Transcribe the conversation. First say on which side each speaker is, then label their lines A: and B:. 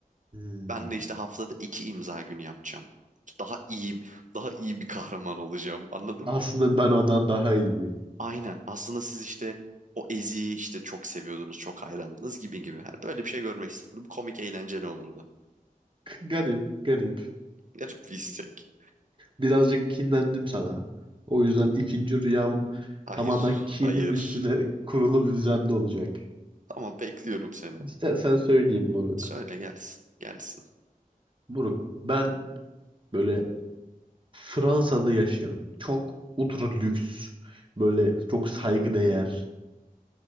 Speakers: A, on the right; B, on the right.
A: Hmm.
B: Ben de işte haftada iki imza günü yapacağım. Daha iyi daha iyi bir kahraman olacağım anladın
A: Aslında
B: mı?
A: ben ondan daha iyiyim.
B: Aynen. Aslında siz işte o Ezi'yi işte çok seviyordunuz, çok hayrandınız gibi gibi. Yani böyle bir şey görmek isterdim. Komik, eğlenceli olurdu.
A: Garip, garip.
B: <laughs> Garip bir istek.
A: Birazcık kinlendim sana. O yüzden ikinci rüyam
B: Hayır,
A: tamamen kinim
B: hayır.
A: üstüne <laughs> kurulu bir düzende olacak.
B: Tamam bekliyorum seni.
A: İstersen söyleyeyim Moruk.
B: Söyle gelsin, gelsin.
A: Moruk, ben böyle Fransa'da yaşayan çok ultra lüks, böyle çok saygıdeğer,